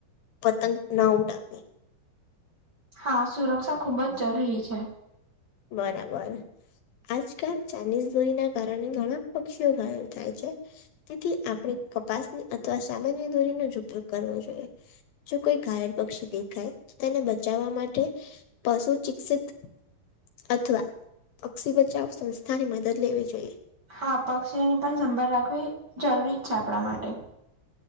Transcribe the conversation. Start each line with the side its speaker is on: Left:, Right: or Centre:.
Left: પતંગ ન ઉડાવી.
Right: હા, સુરક્ષા ખુબજ જરૂરી છે.
Left: બરાબર આજકાલ ચાઇનીઝ દોરીના કારણે ઘણા પક્ષીઓ ઘાયલ થાય છે તેથી આપણે કપાસની અથવા સામાન્ય દોરીનો જ ઉપયોગ કરવો જોઈએ જો કોઈ ઘાયલ પક્ષી દેખાય તો તેને બચાવવા માટે પશુ ચિક્ષિત અથવા પક્ષી બચાવ સંસ્થા ની મદદ લેવી જોઈએ
Right: હા પક્ષીઓની પણ સંભાળ રાખવી જરૂરી જ છે આપણા માટે